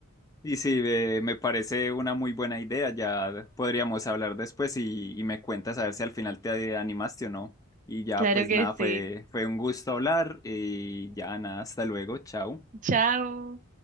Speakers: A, on the left (about 15°); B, on the right (about 35°).
A: Y sí, eh, me parece una muy buena idea. Ya podríamos hablar después y, y me cuentas a ver si al final te animaste o no. Y ya,
B: Claro
A: pues
B: que
A: nada,
B: sí.
A: fue, fue un gusto hablar y ya nada, hasta luego, chao.
B: Chao.